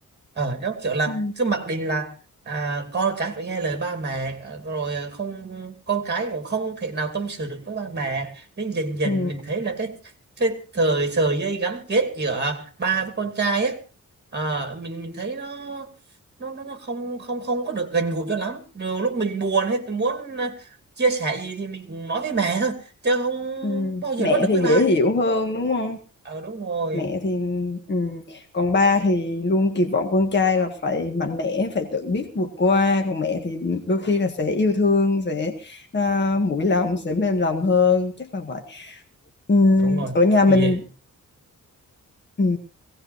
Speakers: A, on the right (about 30°); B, on the left (about 35°).
A: ờ giống kiểu là
B: Ừ.
A: cứ mặc định là à, con cái phải nghe lời ba mẹ ờ, rồi ờ, không con cái cũng không thể nào tâm sự được với ba mẹ nên dần dần
B: Ừ.
A: mình thấy là cái cái thời sợi dây gắn kết giữa ba với con trai ấy ờ, mình mình thấy nó nó nó nó không không không có được gần gũi cho lắm nhiều lúc mình buồn hết mình muốn ờ, chia sẻ gì thì mình cũng nói với mẹ thôi chứ không
B: Ừ.
A: bao giờ
B: Mẹ
A: nói được
B: thì
A: với ba
B: dễ hiểu hơn đúng không?
A: ờ đúng rồi
B: mẹ thì ừ. còn ba thì luôn kỳ vọng con trai là phải mạnh mẽ phải tự biết vượt qua còn mẹ thì đôi khi là sẽ yêu thương sẽ à, mũi lòng sẽ mềm lòng hơn chắc là vậy ừ.
A: đúng rồi
B: ở nhà mình
A: thì
B: ừ.